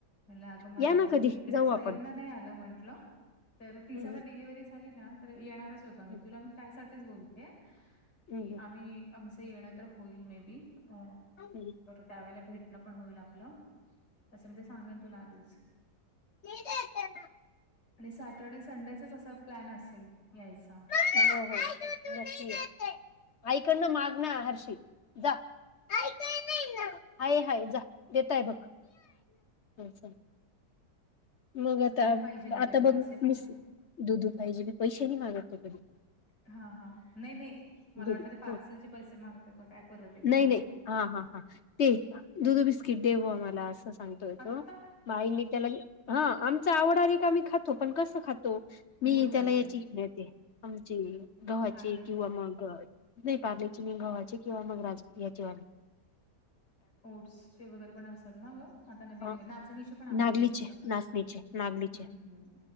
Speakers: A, on the left; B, on the left.
A: म्हणलं अगं मला
B: या ना
A: अजून
B: कधी
A: तिकडे
B: जाऊ
A: साईड
B: आपण
A: ना नाही आलं म्हंटलं तर तिचा
B: हम्म
A: तर डिलिव्हरी झाली ना तर येणारच होतो मी
B: हम्म
A: तुला म त्यासाठीच बोलते
B: हम्म
A: कि
B: हो
A: आम्ही आमच येणं तर होईल मे बी अ
B: ह बरी
A: त्यावेळेला भेटण पण होईल आप असं म्हणजे सांगेन तुला आवस
B: न येत ना
A: आणि सॅटर्डे संडेचाच असा प्लॅन असेल यायचा
B: हो हो नक्की आईकडनं माग ना हर्ष जा हाय हाय जा देतय बघ चल
A: <unintelligible>
B: मग आता
A: काय पाहिजेल आहे
B: आता
A: त्याला पैसे
B: बघ मी
A: पाहिजे.
B: दुधू पाहिजे मी पैसे नाही मागततो कधी
A: हा हा नाही नाही मला
B: दूध
A: वाटत ते पार्सल चे पैसे मागत का काय परत एकदा
B: नाही नाही हा हा हा ते दुध बिस्किट दे ब आम्हाला असं सांगतोय
A: आत्ता
B: तो बाई मी त्याला हा आमचा आवड आहे का आम्ही खातो पण कसं खातो मी
A: मूड पाहिजे
B: त्याला याची घ येते आमचे गव्हाचे
A: पार्ले
B: किंवा मग नाही पारलेची नाही, घावाची किंवा मगराज याची वाणी
A: ओट्सचे वगैरे पण असतात ना ग? आता नवीन
B: अ
A: नवीन नाचणीची पण आहेत
B: नागलीचे
A: बिस्किटं.
B: नाचणीचे
A: हम्म,
B: नागलीचे
A: हम्म,